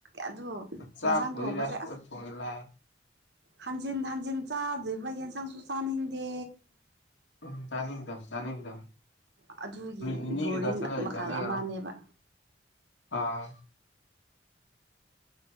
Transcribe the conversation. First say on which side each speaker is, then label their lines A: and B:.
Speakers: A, on the right (about 65°); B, on the left (about 80°).
A: ꯑꯗꯨ
B: ꯆꯥꯛꯄꯨꯗꯤ
A: ꯌꯦꯟꯁꯥꯡ ꯊꯣꯡꯕꯁꯦ
B: ꯔꯥꯏꯁ ꯀꯨꯀꯔ
A: ꯑꯁ
B: ꯊꯣꯡꯉꯦ ꯂꯥꯛꯑꯦ
A: ꯍꯟꯖꯤꯟ ꯍꯟꯖꯤꯟ ꯆꯥꯗꯣꯏꯕ ꯌꯦꯟꯁꯪꯁꯨ ꯆꯥꯅꯤꯡꯗꯦ
B: ꯎ ꯆꯥꯅꯤꯡꯗꯝ ꯆꯥꯅꯤꯡꯗꯝ
A: ꯑꯗꯨꯒꯤ
B: ꯃꯤꯅꯤꯒ
A: ꯕꯣꯔꯤꯡ
B: ꯇꯁꯂꯅꯤꯉꯔꯣ
A: ꯃꯈꯜ ꯑꯃꯅꯦꯕ
B: ꯑꯥ